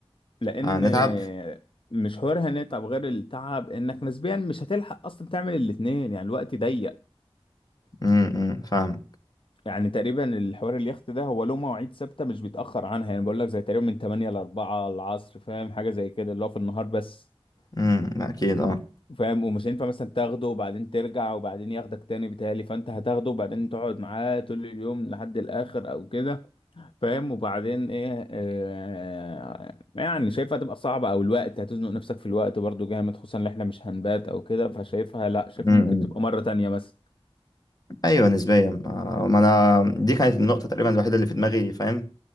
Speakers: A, on the left (about 55°); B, on the left (about 40°).
A: لان
B: هنتعب
A: آه، مش حوار هنتعب غير التعب انك نسبيا مش هتلحق اصلا تعمل الاتنين يعني الوقت ضيق
B: امم أمم، فاهم
A: يعني تقريبا الحوار اليخت ده هو له مواعيد ثابته مش بيتاخر عنها يعني بقول لك زي تقريبا من 8 ل 4 العصر فاهم حاجه زي كده اللي هو في النهار بس
B: امم أكيد اه
A: فاهم ومش هينفع مثلا تاخده وبعدين ترجع وبعدين ياخدك تاني بتهيألي فانت هتاخده وبعدين تقعد معاه طول اليوم لحد الاخر او كده فاهم وبعدين ايه آه يعني شايفها تبقى صعبة او الوقت هتزنق نفسك في الوقت برضو جامد خصوصا ان احنا مش هنبات او كده فشايفها لا شايفها
B: امم
A: ممكن
B: أمم.
A: تبقى مرة تانية بس
B: ايوه نسبيا آه، ما انا دي كانت النقطه تقريبا الوحيده اللي في دماغي فاهم